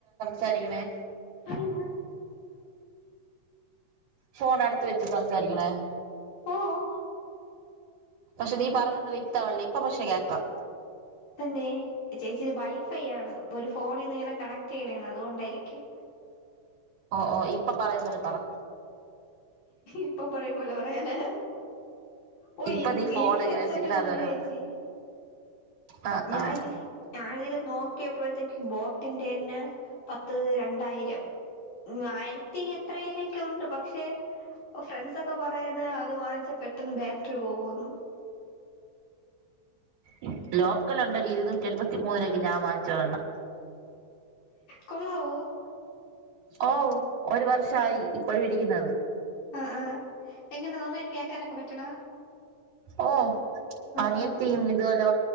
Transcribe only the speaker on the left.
പിന്ന
ഓ
തന്നെ ചേച്ചിത് വൈഫൈ ആണ് ഒരു ഫോണിന്ന് ങ്ങനെ കണക്ട്യ്യണെന്ന് അതോണ്ടെയിരിക്കും
ഇപ്പം പറയും പോലെ പറയാനൊ ഓ
എനി
എനിക്ക്
ഹെഡ്സെറ്റൊന്നും
ല്ലേ
ച്ചി
ഞാ
ഇതില് ഞാ തില് നോക്കിയപ്പോഴത്തേക്ക് ബോട്ടിന്റെ ണ് പത്ത് രണ്ടായിരം ആയിരത്തി എത്രായിരൊക്കെ ണ്ട് പക്ഷെ ഫ്രണ്ട്സൊക്കെ പറയ്ണ് അത് വാങ്ങിച്ച പെട്ടന്ന് ബാറ്ററി പോവു ന്ന്
കൊള്ളാവോ
ആഹ് ആഹ് എങ്ങനാ നന്നായിട്ട് കേക്കാനൊക്കെ പറ്റണ
ആഹ്
ആഹ്